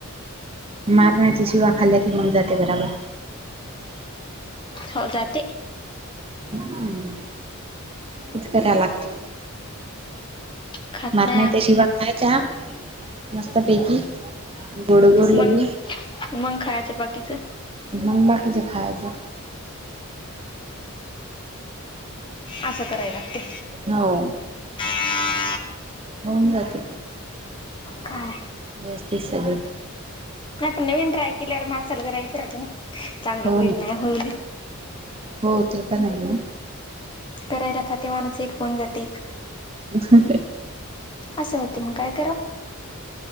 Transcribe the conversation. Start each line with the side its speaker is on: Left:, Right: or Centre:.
Right: मार नाहीयच शिवा खाल्ल्या की मग जाते बराबर
Left: हो जाते
Right: हम तेिच करा लागते
Left: खात
Right: मार
Left: नाही
Right: नाहीचा
Left: आम्ही
Right: शिवा खायचा मस्तपैकी गोड गोड लगे
Left: मग मग खायचं बाकीचं
Right: मग बाकीचेे खायच
Left: असं कराय लागते
Right: हो
Left: ह
Right: होऊन जात
Left: काय
Right: जास्तीचं सगळं
Left: ह पण नवीन ट्राय केल्यावर मासाला करायचं रा ना चांगलं
Right: हो
Left: होईल
Right: ना
Left: नाही होईल
Right: हो ते प नाही ना
Left: <unintelligible> करायला फातीमाणूस एक होऊन जाते एक
Right: ह
Left: असं होते मग काय कराव